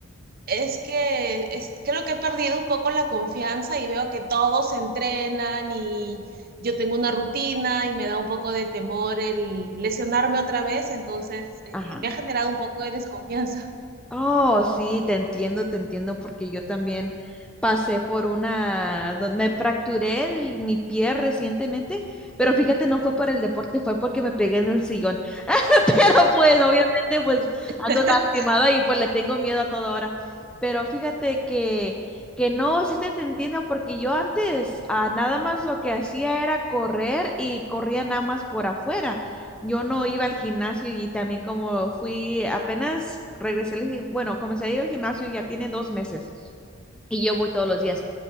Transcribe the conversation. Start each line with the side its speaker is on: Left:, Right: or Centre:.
Right: Es que es, creo que he perdido un poco la confianza y veo que todos entrenan y yo tengo una rutina y me da un poco de temor el lesionarme otra vez, entonces eh,
Centre: Ajá.
Right: me ha generado un poco de desconfianza.
Centre: Oh, sí, te entiendo, te entiendo, porque yo también pasé por una, do- me fracturé el- mi pie recientemente, pero fíjate, no fue por el deporte, fue porque me pegué en el sillón. <laughs> Pero pues, obviamente, pues ando
Right: <laughs>
Centre: lastimada y pues le tengo miedo a toda hora. Pero fíjate que, que no, sí te, te entiendo, porque yo antes ah, nada más lo que hacía era correr y corría nada más por afuera yo no iba al gimnasio y también como fui apenas regresé, al gi- bueno, comencé a ir al gimnasio ya tiene dos meses y yo voy todos los días.